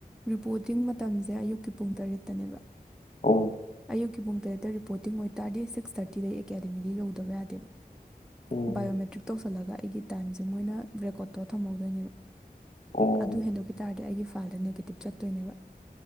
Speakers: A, in the centre; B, on the left (about 45°).
A: ꯔꯤꯄꯣꯔꯇꯤꯡ ꯃꯇꯝꯁꯦ ꯑꯌꯨꯛꯀꯤ ꯄꯨꯡ ꯇꯔꯦꯠꯇꯅꯦꯕ
B: ꯑꯣ꯫
A: ꯑꯌꯨꯛꯀꯤ ꯄꯨꯡ ꯇꯔꯦꯠꯇ ꯔꯤꯄꯣꯔꯇꯤꯡ ꯑꯣꯏ ꯇꯥꯔꯗꯤ ꯁꯤꯛꯁ ꯊꯥꯔꯇꯤꯗ ꯑꯩ ꯑꯦꯀꯥꯗꯃꯤꯗ ꯌꯧꯗꯕ ꯌꯥꯗꯦꯕ
B: ꯑꯣ
A: ꯕꯥꯏꯑꯣꯃꯦꯇ꯭ꯔꯤꯛ ꯇꯧꯁꯤꯜꯂꯒ ꯑꯩꯒꯤ ꯇꯥꯏꯝꯁꯦ ꯃꯣꯏꯅ ꯔꯦꯀꯣꯔꯠ ꯇꯧꯔ ꯊꯝꯍꯧꯗꯣꯏꯅꯦꯕ꯫
B: ꯑꯣ
A: ꯑꯗꯨ ꯍꯦꯟꯗꯣꯛꯈꯤ ꯇꯥꯔꯗꯤ ꯑꯩꯒꯤ ꯏꯄꯥꯜꯗ ꯅꯦꯒꯦꯇꯤꯞ ꯆꯠꯇꯣꯏꯅꯦꯕ꯫